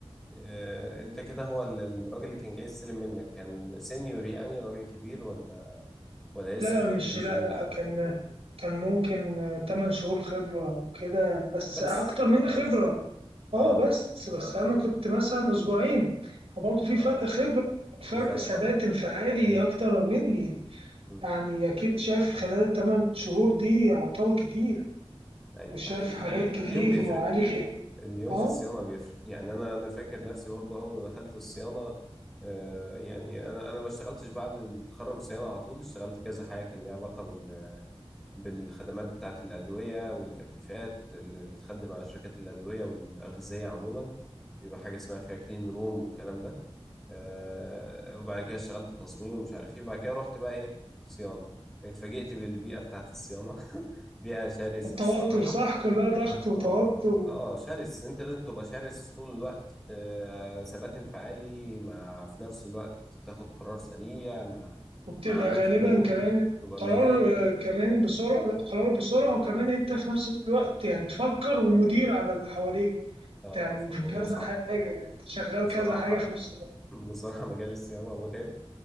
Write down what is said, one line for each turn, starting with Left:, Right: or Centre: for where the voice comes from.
Centre: آه، انت كده هو ال- الراجل اللي كان جاي يستلم منك كان سينيور يعني راجل كبير ولا ولا لسه
Right: لا لا
Centre: في
Right: مش
Centre: ليفل جونيور
Right: لا لا كان كان ممكن آه، 8 شهور خبرة وكده بس
Centre: بس
Right: أكتر من بس خبرة
Centre: اه
Right: أه بس بس
Centre: مم.
Right: أنا كنت مثلا أسبوعين فبرضه في
Centre: اه
Right: فرق خبرة فرق
Centre: في فرق
Right: ثبات
Centre: طبعا
Right: انفعالي
Centre: ايوه
Right: أكتر مني
Centre: مم.
Right: يعني أكيد شاف خلال الثمان شهور دي أعطال كتير
Centre: ايوه
Right: وشاف
Centre: ده حقيقي
Right: حاجات
Centre: فعلا
Right: كتير
Centre: اليوم بيفرق
Right: وعارف
Centre: اليوم
Right: أه
Centre: في الصيانه بيفرق يعني انا انا فاكر نفسي برضه اول ما دخلت الصيانه آه يعني انا انا ما اشتغلتش بعد التخرج صيانه على طول اشتغلت كذا حاجه كان ليها علاقه بال بالخدمات بتاعة الأدوية والتكييفات اللي بتخدم على شركات الأدوية والأغذية عموما بيبقى حاجة اسمها فيها كلين روم والكلام ده آه، وبعد كده اشتغلت تصميم ومش عارف ايه وبعد كده رحت بقى ايه صيانة اتفاجئت بالبيئة بتاعة الصيانة <laughs> بيئة شرسة
Right: التوتر
Centre: الصراحة
Right: صح كلها ضغط وتوتر
Centre: اه اه شرس انت لازم تبقى شرس طول الوقت آه، ثبات انفعالي مع في نفس الوقت تاخد قرار سريع مع
Right: وبتبقى
Centre: مع عندك
Right: غالبا
Centre: حلول
Right: كمان
Centre: تبقى
Right: قرار
Centre: مهاري
Right: آه، كمان بسرعة لا قرار بسرعة وكمان انت في نفس الوقت يعني تفكر ومدير على اللي حواليك
Centre: اه
Right: يعني
Centre: فالموضوع
Right: في كذا
Centre: صعب
Right: حاجة يعني أنت شغال
Centre: بصراحة
Right: كذا حاجة في نفس الوقت
Centre: <laughs> بصراحة مجال الصيانة متعب